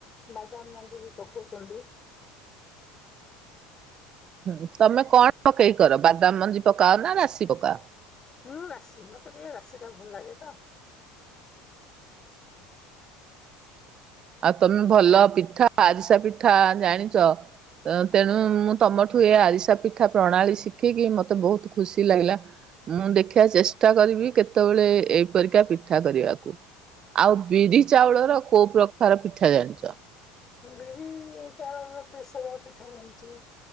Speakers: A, on the left; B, on the right.
A: ବାଇଦାମ ମଞ୍ଜି ବି ପକଉଛନ୍ତି
B: ହୁଁ ତମେ କଣ ପକେଇକର ବାଦାମ ମଞ୍ଜି ପକାଅ ନା ରାଶି ପକାଅ?
A: ମୁଁ ରାଶି ମତେ ଟିକେ ରାଶିଟା ଭଲ ଲାଗେ ତ।
B: ଆଉ ତମେ ଭଲ ପିଠା ଆରିସା ପିଠା ଜାଣିଛ? ତେଣୁ ମୁଁ ତମଠୁ ଏ ଆରିସା ପିଠା ପ୍ରଣାଳୀ ଶିଖିକି ମତେ ବହୁତ ଖୁସି ଲାଗିଲା। ମୁଁ ଦେଖିବା ଚେଷ୍ଟା କରିବି କେତେବେଳେ ଏଇପରିକା ପିଠା କରିବାକୁ? ଆଉ ବିରି ଚାଉଳର କୋଉ ପ୍ରକାର ପିଠା ଜାଣିଛ?
A: ମୁ ବିରି ଚାଉଳ ପ୍ରେସର ପିଠା ଜାଣିଛି?